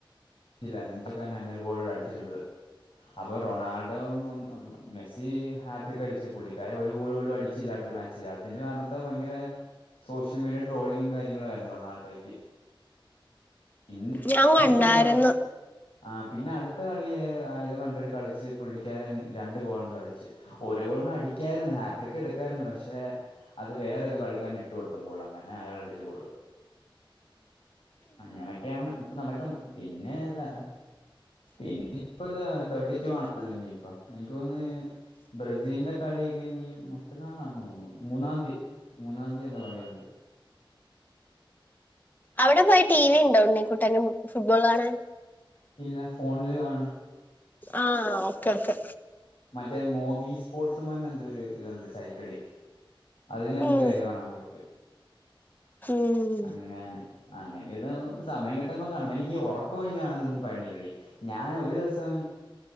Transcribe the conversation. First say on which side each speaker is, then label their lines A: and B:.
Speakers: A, on the left; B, on the left.
A: ച്ചില്ല. നെഞ്ചക്കാരനാണ് ഒരു ഗോളൂടെ അടിച്ചിരുന്നത്. അപ്പൊ റൊണാൾഡോ ഒന്ന് <unintelligible> മെസ്സി ഹാട്രിക്ക് അടിച്ച് പുള്ളിക്കാരൻ ഒരു ഗോളും പോലും അടിച്ചില്ല. അടുത് മാച്ച് അതിന് കാരണ ഭയങ്കര സോഷ്യൽ മീഡിയൽ ട്രോളിങ്ങും കാര്യങ്ങളും ആായിരുന്നു റൊണാൾഡോയ്ക്ക് പിന്നെ
B: ഞാൻ കണ്ടായിരുന്നു
A: അഴത്ത ഏതൊക്കാള് ആ പിന്നെ അടുത്ത കളിയ ആയത് കണ്ടിട്ട കളിച്ച് പുള്ളിക്കാരൻ രണ്ടു ഗോളെന്തോ അടിിച്ചച്ച് ഒരുപോ അടിക്കായിരുന്നു ഹാട്രിക്ക് എടുക്കായിരുന്നു പക്ഷെ അത് വേറെത് കളിക്കാൻ ഇട്ട് കൊടുത്ത പോോൾ അങ്ങനെ അ അങ്ങനൊക്കെയാണ് ഇപ്പ നടക്കുന്നത്ന്ന പിന്നെ താ പിന്നെ ഇപ്പ എന്താ തേർട്ടി കാണല്ലോ ഇനി ഇപ്പ എനിക്ക് തോന്ന് ബ്രസീലിന്റെ കളി കഴഞ്ഞ മറ്റന്നാളാന്ന് തോന്നുന്നു മൂന്നാം തീയതി മൂന്നാം തീയതിയുടെ കളിയുണ്ട് <unintelligible>
B: അവിടെ പോയി ടി വി ഉണ്ടോണിക്കൂട്ടാരും ഫുട്ബോൾ കാണാൻ
A: ഇല്ല ഫോണില് കാണും
B: ആഹ ഒഓക്കെ ക്കെ
A: ന്റെ മോബി സ്പോർട്സുംന്നെ എന്തോ ഒരു ഇത്ണ്ട്ക്സൈറ്റഡ അതിന് നമുക്ക്
B: ഉം
A: ലൈവ് കാണാൻ പറ്റും
B: ഉം
A: അങ്ങനെ അങ്ങനെ ഇന്ന് സമയം കിട്ടുമ്പോ കാണ്പ എനിക്ക് ഉറക്ക കഴിഞ്ഞു കാണുന്നൊന്നും പഴണില്ലടേ ഞാൻ ഒരു ദിവസം